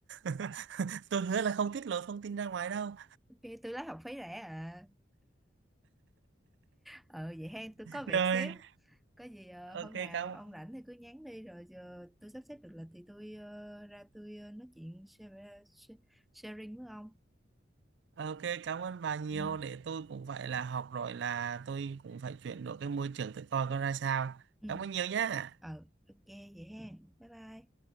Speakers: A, on the right; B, in the centre.
A: <laughs> tôi hứa là không tiết lộ thông tin ra ngoài đâu
B: ok tôi lấy học phí rẻ à ờ vậy hen tôi có việc
A: rồi
B: xíu có gì ờ, hôm
A: ok
B: nào
A: cảm
B: ông rảnh thì cứ nhắn đi rồi giờ tôi sắp xếp được lịch thì tôi ờ, ra tôi ờ, nói chuyện share, ờ, share- sharing với ông
A: ok cảm ơn bà nhiều
B: ừ
A: để tôi cũng phải là học rồi là tôi cũng phải chuyển đổi cái môi trường tự coi coi ra sao
B: ừ
A: cảm ơn nhiều nhá
B: ừ ok vậy ha bye bye